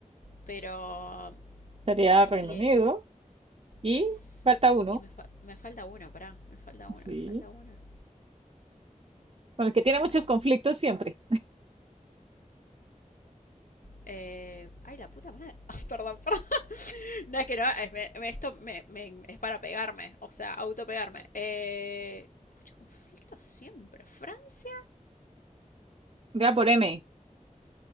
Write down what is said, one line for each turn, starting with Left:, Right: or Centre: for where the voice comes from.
Left: Pero.
Right: Sería Reino
Left: Y, eh,
Right: Unido. Y
Left: s-
Right: falta uno.
Left: y me, fa- me falta uno, pará, me falta uno,
Right: Sí.
Left: me falta uno.
Right: Con el que tiene muchos
Left: Ay,
Right: conflictos siempre.
Left: eh, ay, la puta madre. <laughs> perdón, perdón. No es que no, es- me- me- esto me- me- es para pegarme, o sea, autopegarme. Eh, mucho conflicto siempre. Francia.
Right: Vea por M.